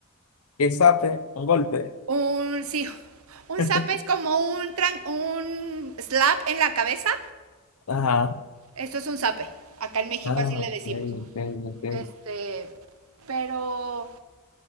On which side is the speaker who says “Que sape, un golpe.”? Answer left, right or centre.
Left